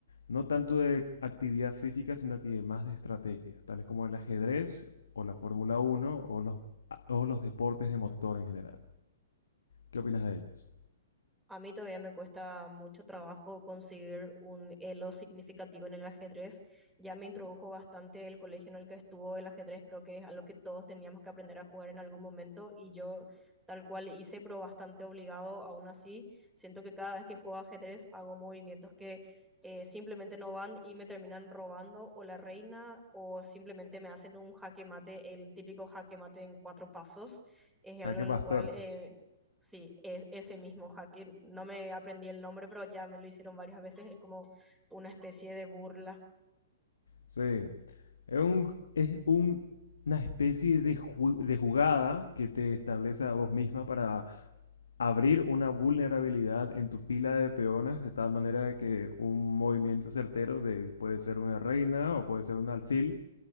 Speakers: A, on the left (about 65°); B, in the centre.
A: no tanto de actividad física, sino que más de estrategia, tales como el ajedrez o la Fórmula uno o los, a- o los deportes de motor en general. ¿Qué opinas de ellos?
B: A mí todavía me cuesta mucho trabajo conseguir un elo significativo en el ajedrez. Ya me introdujo bastante el colegio en el que estuvo el ajedrez, creo que es algo que todos teníamos que aprender a jugar en algún momento y yo tal cual hice, pero bastante obligado aún así. Siento que cada vez que juego ajedrez hago movimientos que eh, simplemente no van y me terminan robando o la reina o simplemente me hacen un jaque mate, el típico jaque mate en cuatro pasos. Es algo
A: ¿A qué
B: en
A: pastor?
B: lo cual... eh, Sí, es ese mismo hacking. No me aprendí el nombre, pero ya me lo hicieron varias veces. Es como una especie de burla.
A: Sí, es un, es un- una especie de, ju- de jugada que te establece a vos misma para abrir una vulnerabilidad en tu fila de peones, de tal manera de que un movimiento certero de puede ser una reina o puede ser un alfil,